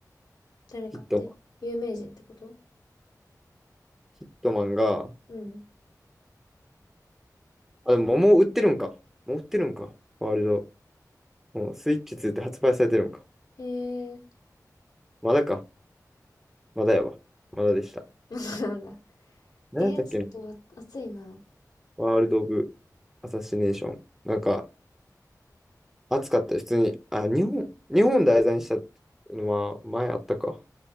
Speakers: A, on the left; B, in the centre.
A: 誰かって有名人ってこと
B: ヒットマン。ヒットマンが、
A: うん。
B: あ、でももう売ってるんか。もう売ってるんか。ワールド。もうスイッチ2って発売されてるんか。
A: へえ、
B: まだか。まだやわ。まだでした。
A: <laughs> まだなんだ。
B: 何やったっけな
A: えー、ちょっと暑いな。
B: ワールド・オブ・アサシネーション。なんか、暑かったよ。普通に。あ、日本、日本題材にしたのは前あったか。